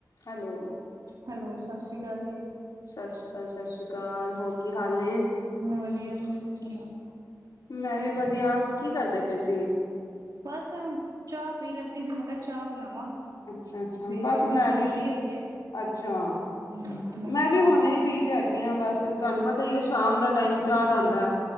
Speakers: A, on the left (about 70°); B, on the right (about 65°).
A: ਹੈਲੋ
B: ਹੈਲੋ, ਸਸ ਸ੍ਰੀ ਕਾਲ ਜੀ
A: ਸਸ ਸ਼੍ਰੀ ਅਕਾਲ, ਸਸ ਸ਼੍ਰੀ ਅਕਾਲ ਹੋਰ ਕੀ ਹਾਲ ਨੇ?
B: ਵਧੀਆ, ਤੁਸੀਂ ਸੁਣਾਓ?
A: ਮੈਂ ਵੀ ਵਧੀਆ, ਕੀ ਕਰਦੇ ਪਏ ਸੀ।
B: ਬਸ, ਚਾਹ ਪੀਣ ਲੱਗੀ ਸੀ, ਮੈਂ ਕਿਆ ਚਾਹ ਬਣਾਵਾਂ।
A: ਅੱਛਾ ਅੱਛਾ
B: ਸਵੇਰ
A: ਬਸ
B: ਦੀ
A: ਮੈਂ
B: ਪੀਤੀ
A: ਵੀ
B: ਹੋਈ ਏ।
A: ਅੱਛਾ
B: <inaudible>
A: ਮੈਂ ਵੀ ਹੁਣੇ ਹੀ ਪੀ ਕੇ ਹਟੀ ਆ, ਬਸ ਤੁਹਾਨੂੰ ਪਤਾ ਹੀ ਆ, ਸ਼ਾਮ ਦਾ ਟਾਈਮ ਚਾਹ ਦਾ ਹੁੰਦਾ।
B: ਹਮ